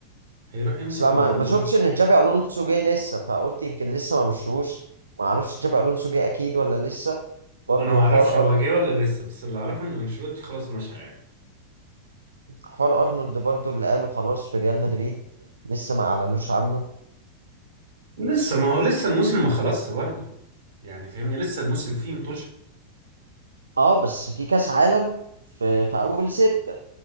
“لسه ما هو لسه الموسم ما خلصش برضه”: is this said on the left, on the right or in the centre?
Right